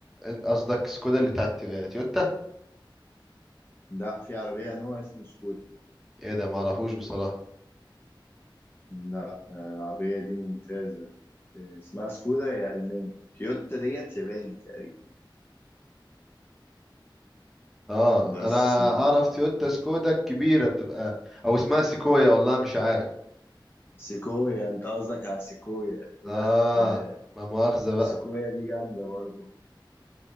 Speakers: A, in the centre; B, on the left.
A: إن- قصدك سكودا اللي بتاعت تي- تويوتا
B: لا في عربية نوع اسمه سكودا
A: ايه ده ما اعرفوش بصراحة
B: لا آه، العربية دي ممتازة آه، اسمها سكودا هي ألماني تويوتا ديت ياباني تقريبا
A: اه
B: بس
A: انا
B: آه،
A: اعرف تويوتا سكودا الكبيرة بتبقى او اسمها سيكويا والله مش عارف
B: سيكويا انت قصدك على سيكويا لا
A: اه
B: آه،
A: ما مؤاخذة بقى
B: سيكويا دي جامدة برضو